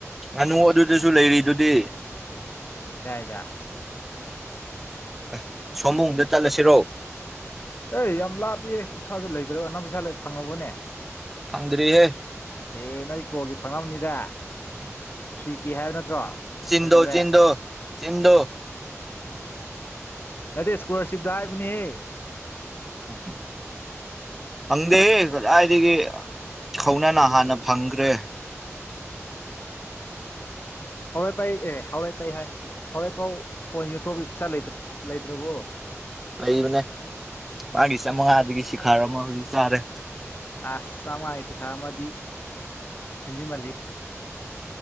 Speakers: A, in the centre; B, on the left.
A: ꯉꯥꯅꯨ ꯑꯗꯨꯗꯁꯨ ꯂꯩꯔꯤ ꯑꯗꯨꯗꯤ
B: ꯀꯥꯏꯗ
A: ꯑ ꯁꯣꯕꯝꯗ ꯆꯠꯂꯁꯤꯔꯣ
B: ꯑꯦ ꯌꯥꯝ ꯂꯥꯞꯄꯤꯌꯦ ꯄꯩꯁꯥꯁꯨ ꯂꯩꯇꯔꯣ ꯑꯅ ꯄꯩꯁꯥ ꯐꯪꯉꯕꯅꯦ
A: ꯐꯪꯗꯔꯤꯍꯦ
B: ꯑꯦ ꯅꯣꯏ ꯀꯣꯜꯒꯤ ꯐꯪꯉꯕꯅꯤꯗ ꯊ꯭ꯔꯤ ꯀꯦ ꯍꯥꯏꯕ ꯅꯠꯇ꯭ꯔꯣ
A: ꯁꯤꯟꯙꯣ
B: ꯀꯩꯇꯧꯔꯦ
A: ꯁꯤꯟꯙꯣ ꯁꯤꯟꯙꯣ
B: ꯑꯦ ꯅꯠꯇꯦ ꯏꯁꯀꯣꯂꯥꯔꯁꯤꯞꯇ ꯍꯥꯏꯕꯅꯤꯍꯦ
A: ꯎ ꯍꯪꯗꯦꯗꯤꯗꯒꯤ ꯀꯧꯅꯥꯅ
B: ꯑꯩ ꯊꯨꯕꯁꯤꯗꯤ
A: ꯍꯥꯟꯅ ꯐꯪꯈ꯭ꯔꯦ
B: ꯍꯥꯎꯔꯏ ꯄꯩ ꯑꯦ ꯍꯥꯎꯔꯏ ꯄꯩ ꯍꯥꯏ ꯍꯥꯎꯔꯏ ꯄꯥꯎ ꯐꯣꯟ ꯌꯣꯟꯊꯣꯛꯄꯒꯤ ꯄꯩꯁꯥꯇ ꯂꯩꯇ꯭ꯔꯕꯣ
A: ꯂꯩꯕꯅꯦ ꯃꯥꯒꯤ ꯆꯥꯃꯉꯥꯗꯒꯤ ꯁꯤꯈꯥꯔ ꯑꯃ ꯍꯧꯖꯤꯛ ꯆꯥꯔꯦ
B: ꯑꯁ ꯆꯥꯃꯉ ꯍꯥꯏꯁꯤ ꯈꯔ ꯑꯃꯗꯤ ꯍꯦꯟꯖꯤꯟꯃꯜꯂꯤ